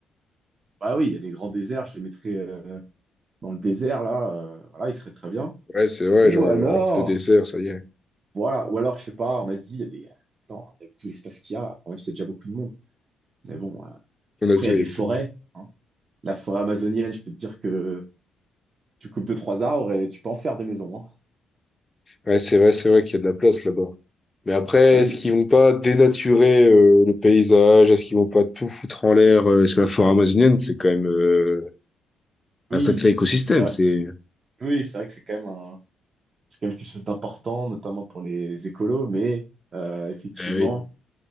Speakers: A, on the right; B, on the left.
A: bah oui, il y a des grands déserts, je les mettrais euh, dans le désert, là. euh, voilà, ils seraient très bien.
B: Ouais, c'est vrai,
A: Ou
B: genre,
A: alors,
B: le, le désert, ça y est.
A: voilà, ou alors, je sais pas, en Asie, il y a des. Attends, on a vu tout l'espace qu'il y a, En même si c'est déjà beaucoup de monde. Mais bon, euh,
B: En
A: après,
B: Asie,
A: il y
B: ouais,
A: a des
B: il y a
A: forêts.
B: beaucoup de monde.
A: hein. La forêt amazonienne, je peux te dire que tu coupes deux, trois arbres et tu peux en faire des maisons. hein.
B: Ouais, c'est vrai, c'est vrai qu'il y a de la place là-bas. Mais après,
A: Bah
B: est-ce
A: oui,
B: qu'ils vont pas dénaturer euh, le paysage? Est-ce qu'ils vont pas tout foutre en l'air? euh, Parce que la forêt amazonienne, c'est quand même euh, un
A: Oui,
B: sacré écosystème.
A: c'est vrai.
B: C'est
A: Oui, c'est vrai que c'est quand même un, c'est quand même quelque chose d'important, notamment pour les, les écolos, mais euh, effectivement,
B: eh oui,